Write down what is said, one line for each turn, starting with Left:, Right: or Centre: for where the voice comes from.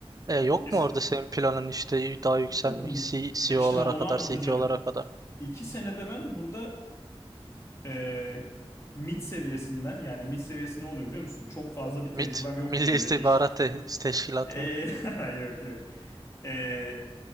Right: E, yok
Left: İki se-
Right: mu orada senin planın işte daha yükselmek
Left: <clears throat>
Right: C- CEO
Left: Ya işte
Right: olarak
Left: ha, onu
Right: kadar,
Left: anlatacağım.
Right: CTO olarak kadar?
Left: İki senede ben burada e, mid seviyesinden yani mid seviyesi ne oluyor biliyor musun? Çok fazla bir tecrübem
Right: MIT,
Left: yoktu
Right: Milli
Left: benim
Right: İstihbarat
Left: de iş.
Right: Te- Teşkilatı
Left: Ee,
Right: mı?
Left: <laughs> yok yok. e,